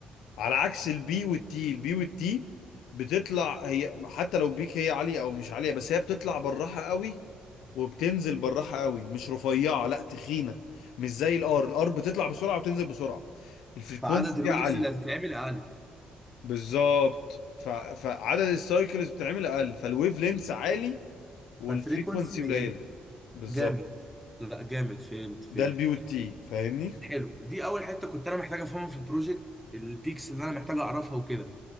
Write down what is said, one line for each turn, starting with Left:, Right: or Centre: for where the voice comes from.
Left: على عكس البي والتي البي والتي بتطلع هي حتى لو بيك هي عاليه او مش عاليه بس هي بتطلع بالراحه قوي وبتنزل بالراحه قوي مش رفيعه لا تخينه مش زي الار الار بتطلع بسرعه وتنزل بسرعه الفريكونسي
Centre: فعدد الويفز
Left: فيها عاليه
Centre: اللي هتتعمل اقل
Left: بالظبط ف... فعدد السايكلز بتعمل اقل فالويف لينس عالي والفريكونسي
Centre: فالفريكونسي بيقل
Left: قليله بالظبط
Centre: جامد لا جامد فهمت فهمت
Left: ده البي والتي فاهمني
Centre: حلو دي اول حته كنت انا محتاج افهمها في البروجكت البيكس اللي انا محتاج اعرفها وكده